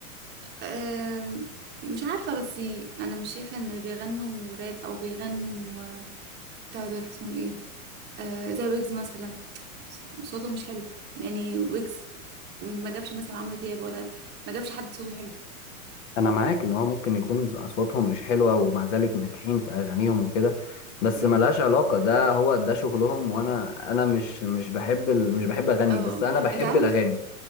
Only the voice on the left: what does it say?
انا معاك ان هو ممكن يكون ز- اصواتهم مش حلوه ومع ذلك ناجحين في اغانيهم وكده بس
ملهاش علاقه ده هو ده شغلهم وانا انا مش مش بحب ال... مش بحب اغني
بس انا بحب
الاغاني